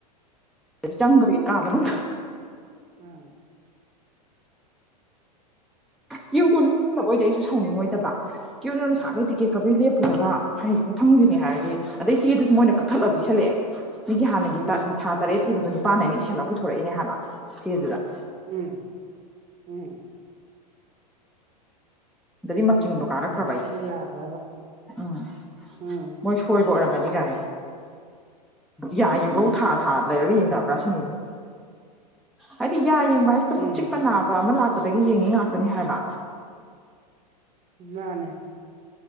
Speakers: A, in the centre; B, on the right.
A: ꯆꯪꯒꯔꯤ ꯀꯥꯕꯅꯗ
B: ꯎꯝ
A: ꯀ꯭ꯌꯨꯗꯨ ꯂꯦꯞꯄꯝꯗꯕ ꯑꯣꯏꯗꯤ ꯑꯩꯁꯨ ꯁꯥꯎꯅꯤꯡꯉꯣꯏꯗꯕ ꯀ꯭ꯌꯨꯗ
B: ꯎꯝ
A: ꯅꯁꯥꯡꯅꯩ ꯇꯤꯛꯀꯦꯠ ꯀꯛꯄꯩ ꯂꯦꯞꯄꯨꯔꯒ ꯍꯩ ꯃꯊꯪꯒꯤꯅꯤ ꯍꯥꯏꯔꯗꯤ ꯑꯗꯩ ꯆꯦꯗꯨꯁꯨ ꯃꯣꯏꯅ ꯀꯛꯊꯠꯂꯒ ꯄꯤꯁꯜꯂꯛꯑꯦ ꯅꯣꯏꯒꯤ ꯍꯥꯟꯅꯒꯤ
B: ꯎꯝ
A: ꯊꯥ ꯇꯔꯦꯠ ꯏꯕ ꯑꯗꯣ ꯅꯨꯄꯥꯟ ꯏꯁꯜꯂꯒ ꯄꯨꯊꯣꯔꯛꯏꯅꯦ ꯍꯥꯏꯕ ꯆꯦꯗꯨꯗ
B: ꯎꯝ ꯎꯝ
A: ꯑꯗꯨꯏ ꯃꯆꯤꯡꯗ ꯀꯔꯈ꯭ꯔꯕ
B: ꯑꯗꯨꯕꯨ
A: ꯍꯥꯏꯁꯦ
B: ꯌꯥꯕ꯭ꯔꯕ
A: ꯎꯝ
B: ꯎꯝ
A: ꯃꯣꯏ ꯁꯣꯏꯕ ꯑꯣꯏꯔꯝꯒꯅꯤ ꯅꯤ ꯀꯥꯏ ꯌꯥ ꯌꯦꯡꯕꯧ ꯊꯥ ꯊꯥ ꯂꯩꯔꯒ ꯌꯦꯡꯗꯕ꯭ꯔꯥ ꯁꯤꯅꯤꯗ ꯍꯥꯏꯗꯤ ꯌꯥ ꯌꯦꯡꯕ ꯍꯥꯏꯁꯤꯇꯕꯨ
B: ꯎꯝ
A: ꯆꯤꯛꯄ ꯅꯥꯕ ꯑꯃ ꯂꯥꯛꯄꯗꯒꯤ ꯌꯦꯡꯉꯤ ꯉꯥꯛꯇꯅꯤ ꯍꯥꯏꯕ
B: ꯃꯥꯅꯦ